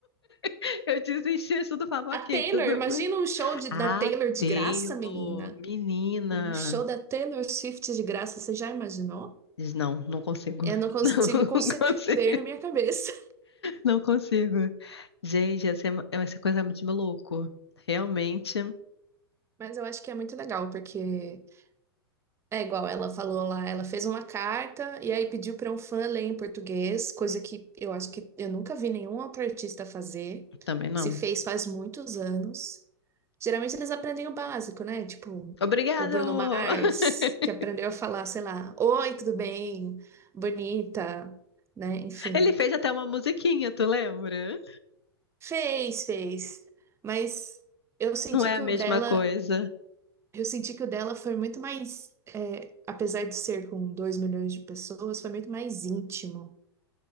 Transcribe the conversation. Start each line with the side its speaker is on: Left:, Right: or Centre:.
Left: <laughs> Eu desistia, tudo falava,
Right: A
Left: ok,
Right: Taylor,
Left: tudo
Right: imagina
Left: bem.
Right: um show de-
Left: Ah,
Right: da Taylor de
Left: Taylor,
Right: graça, menina.
Left: menina.
Right: Um show da Taylor Swift de graça, você já imaginou?
Left: Diz, Não, não consigo.
Right: Eu não
Left: <laughs>
Right: consigo
Left: Não
Right: conceber
Left: consigo.
Right: na minha cabeça. <laughs>
Left: Não consigo. Gente, essa é, uma- é essa coisa é muito de maluco. Realmente,
Right: Mas eu acho que é muito legal, porque É igual ela falou lá, ela fez uma carta e aí pediu para um fã ler em português, coisa que eu acho que eu nunca vi nenhum outro artista fazer.
Left: também não.
Right: Se fez faz muitos anos. Geralmente eles aprendem o básico, né? Tipo,
Left: Obrigado!
Right: o Bruno Mars,
Left: <laughs>
Right: que aprendeu a falar, sei lá, oi, tudo bem? Bonita, né? Enfim.
Left: Ele fez até uma musiquinha, tu lembra?
Right: Fez, fez. Mas eu senti
Left: Não é
Right: que
Left: a mesma
Right: o dela
Left: coisa.
Right: Eu senti que o dela foi muito mais, é, apesar de ser com 2 milhões de pessoas, foi muito mais íntimo,